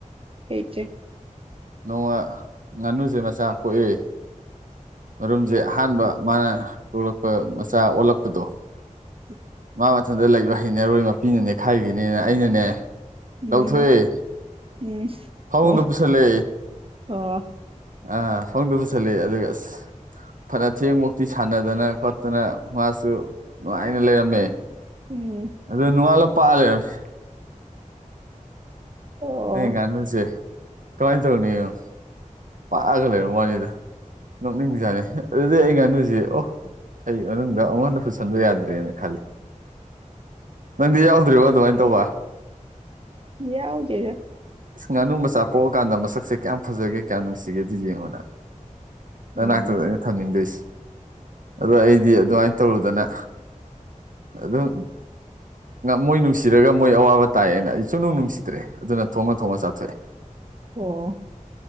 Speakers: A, on the right (about 45°); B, on the right (about 75°).
A: ꯍꯩꯇ꯭ꯔꯦ
B: ꯅꯣꯡꯃ ꯉꯥꯅꯨꯖꯦ ꯃꯆꯥ ꯀꯣꯛꯑꯦ ꯃꯔꯨꯝꯖꯦ ꯑꯍꯥꯟꯕ ꯃꯥꯅ ꯀꯣꯛꯂꯛꯄ ꯃꯆꯥ ꯑꯣꯜꯂꯛꯄꯗꯣ
A: <inaudible>
B: ꯃꯥ ꯃꯊꯟꯗ ꯂꯩꯕ ꯍꯩꯅꯔꯣꯏ ꯃꯄꯤꯅ ꯅꯦꯈꯥꯏꯒꯤꯅꯦꯅ ꯑꯩꯅꯅꯦ
A: ꯎꯝ
B: ꯂꯧꯊꯣꯛꯑꯦ
A: ꯎꯝ
B: ꯐꯃꯨꯡꯗ
A: ꯑꯣ
B: ꯄꯨꯁꯜꯂꯦ
A: ꯑꯣ
B: ꯑ ꯐꯃꯨꯡꯗ ꯄꯨꯁꯜꯂꯦ ꯑꯗꯨꯒ ꯑꯁ ꯐꯅ ꯊꯦꯡꯕꯣꯛꯇꯤ ꯁꯥꯟꯅꯗꯅ ꯈꯣꯠꯇꯅ ꯃꯥꯁꯨ ꯅꯨꯡꯉꯥꯏꯅ ꯂꯩꯔꯝꯃꯦ
A: ꯎꯝ
B: ꯑꯗꯨ ꯅꯨꯡꯉꯥꯜꯂ ꯄꯥꯛꯑ ꯂꯩꯔꯝꯃꯦ
A: ꯑꯣ
B: ꯑꯩ ꯉꯥꯅꯨꯖꯦ ꯀꯃꯥꯏ ꯇꯧꯅꯤ ꯌꯦꯡꯉꯨ ꯄꯥꯛꯑꯒ ꯂꯩꯔꯝ ꯋꯥꯅꯤꯗ ꯅꯣꯛꯅꯤꯡꯖꯥꯠꯅꯦ ꯑꯗꯨꯗꯩ ꯑꯩ ꯉꯥꯅꯨꯖꯦ ꯑꯣ ꯑꯩ ꯃꯅꯨꯡꯗ ꯑꯃꯨꯛ ꯍꯟꯅ ꯄꯨꯁꯟꯕ ꯌꯥꯗ꯭ꯔꯦꯅ ꯈꯜꯂꯦ ꯅꯪꯗꯤ ꯌꯥꯎꯗ꯭ꯔꯤꯕꯣ ꯑꯗꯨꯃꯥꯏ ꯇꯧꯕ
A: ꯌꯥꯎꯗꯦꯗ
B: ꯏꯁ ꯉꯥꯅꯨ ꯃꯆꯥ ꯄꯣꯛꯑꯀꯥꯟꯗ ꯃꯁꯛꯁꯦ ꯀꯌꯥꯝ ꯐꯖꯒꯦ ꯀꯥꯌꯥꯝ ꯅꯨꯁꯤꯒꯦꯗꯣ ꯌꯦꯡꯉꯣ ꯅꯪ
A: ꯎꯝ
B: ꯅꯅꯥꯛꯇꯗꯅꯦ ꯊꯝꯅꯤꯡꯗꯣꯏꯁꯦ ꯑꯗꯣ ꯑꯩꯗꯤ ꯑꯗꯨꯃꯥꯏ ꯇꯧꯔꯨꯗꯅ ꯑꯗꯨꯝ ꯃꯣꯏ ꯅꯨꯡꯁꯤꯔꯒ ꯃꯣꯏ ꯑꯋꯥꯕ ꯇꯥꯏꯑꯦꯅ ꯑꯩ ꯁꯨꯅꯨꯡ ꯅꯨꯡꯁꯤꯗ꯭ꯔꯦ ꯑꯗꯨꯅ ꯊꯣꯡꯉ ꯊꯣꯡꯉ ꯆꯥꯊꯣꯛꯑꯦ
A: ꯑꯣ